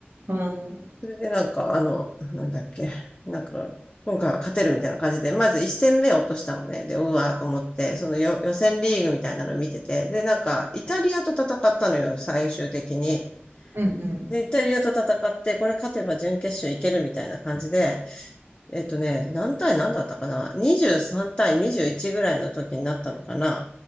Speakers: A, on the right; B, on the left.
A: うん、
B: それでなんか、あの、なんだっけ、なんか、今回は勝てるみたいな感じで、まず1戦目を落としたのね。で、うわーと思って、そのよ予選リーグみたいなの見てて、で、なんか、イタリアと戦ったのよ、最終的に。
A: うん、うん、
B: で、イタリアと戦って、これ勝てば準決勝いけるみたいな感じで、えっとね、何対何だったかな ?23 対21ぐらいの時になったのかな